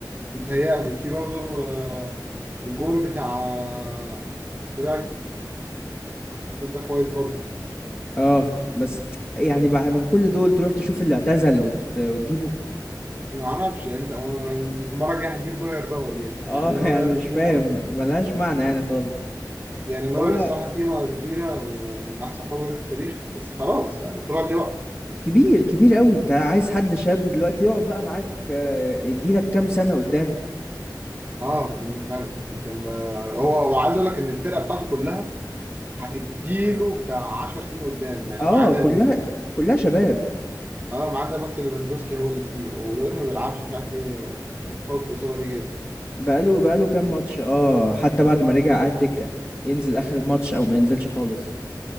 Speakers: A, on the right; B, on the left.
A: متهيألي في برضه آه، الجون بتاع آه، برايتون الجون ده كويس برضه
B: اه بس يعني بقى من كل دول تروح تشوف اللي اعتزل وت... وتجيبه
A: ما اعرفش يعني انت هو انت المره الجايه هتجيب نوير بقى ولا ايه؟
B: اه
A: يعني نوير
B: <laughs> يعني مش
A: قيمه
B: فاهم ملهاش معنى يعني خالص
A: يعني نوير
B: هو
A: الصراحة قيمة كبيرة ومن أحسن حراس جت في التاريخ بس خلاص يعني كل واحد ليه وقته
B: كبير كبير قوي انت عايز حد شاب دلوقتي يقعد بقى معاك آه، يديلك كام سنة قدام
A: اه مم، فعلا أنت ال- هو هو عايز أقول لك إن الفرقة بتاعته كلها هتديله بتاع 10 سنين قدام يعني
B: اه
A: ما عدا
B: كلها
A: ال-
B: كلها شباب
A: اه ما عدا بس ليفاندوسكي هو اللي كبير ودلوقتي ما بيلعبش مش عارف ليه مطول في الإصابة دي جاي
B: بقاله بقاله كام ماتش اه حتى بعد ما رجع قعد دكة ينزل اخر الماتش او ما ينزلش خالص